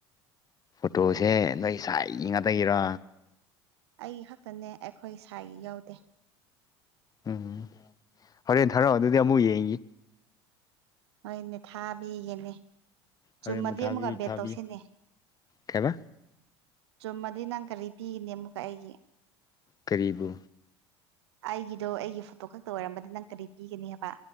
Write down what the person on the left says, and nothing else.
ꯐꯣꯇꯣꯁꯦ ꯅꯣꯏ ꯁꯥꯏꯒꯤ ꯉꯥꯛꯇꯒꯤꯔ
ꯎꯝ ꯍꯣꯔꯦꯟ ꯊꯔꯛꯑꯣ ꯑꯗꯨꯗꯤ ꯑꯃꯨꯛ ꯌꯦꯡꯏ
ꯍꯣꯔꯦꯟ ꯑꯃꯨꯛ ꯊꯥꯕꯤ
ꯊꯥꯕꯤꯌꯨ
ꯀꯩꯕ
ꯀꯔꯤꯕꯨ